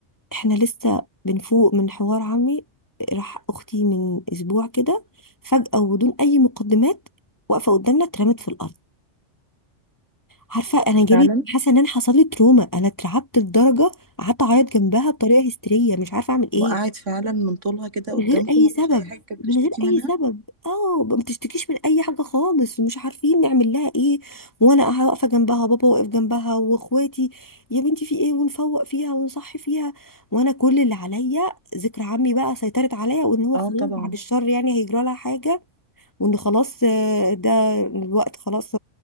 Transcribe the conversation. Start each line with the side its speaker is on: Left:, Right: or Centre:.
Left: احنا لسه بنفوق من حوار عمي راح اختي من اسبوع كده فجاه وبدون اي مقدمات واقفه قدامنا اترمت في الارض عارفه انا جالي
Right: فعلا
Left: حاسه ان انا حصل لي تروما انا اترعبت لدرجه قعدت اعيط جنبها بطريقه هستيريه مش عارفه اعمل ايه
Right: وقعت فعلا من طولها كده
Left: من
Right: قدامكم
Left: غير اي
Right: مفيش
Left: سبب
Right: اي حاجه كانت بتشتكي
Left: من غير
Right: منها
Left: اي سبب اه ما بتشتكيش من اي حاجه خالص ومش عارفين نعمل لها ايه وانا واقفه جنبها وبابا واقف جنبها واخواتي يا بنتي في ايه ونفوق فيها ونصحي فيها وانا كل اللي عليا ذكر عمي بقى سيطرت عليا وان هو
Right: اه
Left: خلاص
Right: طبعا
Left: بعد الشر يعني هيجرى لها حاجه وان خلاص آه، ده الوقت خلاص